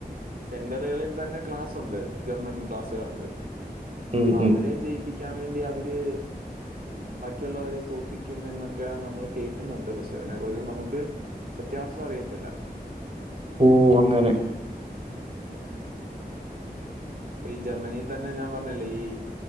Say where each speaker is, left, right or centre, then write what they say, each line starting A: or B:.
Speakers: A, on the right; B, on the right.
A: സെന്ററുകളിൽ തന്നെ ക്ലാസുണ്ട് ജർമ്മൻ ക്ലാസ്സുകളുണ്ട്.
B: ഉം,
A: അപ്പ
B: ഉം.
A: അവരെ ജയിപ്പിക്കാൻ വേണ്ടി അവര് ബാക്കിയുള്ളവരെ തോപ്പിക്കും എന്നൊക്കെയാ നമ്മൾ കേൾക്കുന്നുണ്ട് പക്ഷെ അതിനെക്കുറിച്ച് നമുക്ക് സത്യാവസ്ഥ അറിയത്തില്ല
B: ഓ അങ്ങനെ
A: അതെ അതെ ഈ ജർമ്മനി തന്നെ ഞാൻ പറഞ്ഞില്ലേ ഈ